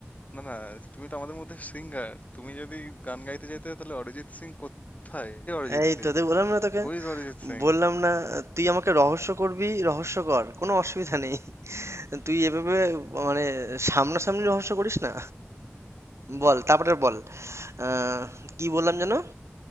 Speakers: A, on the left; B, on the right.
A: না না তুমি তো আমাদের মধ্যে সিঙ্গার তুমি যদি গান গাইতে চাইতে তাহলে অরিজিৎ সিং কোথায় কে অরিজিৎ
B: এই
A: সিং
B: তোদের বললাম না তোকে
A: Who is Arijit Singh
B: বললাম না তুই আমাকে রহস্য করবি রহস্য কর কোনো অসুবিধা নেই তুই এভাবে মানে সামনাসামনি রহস্য করিস না বল তারপরে বল আহ, কি বললাম যেন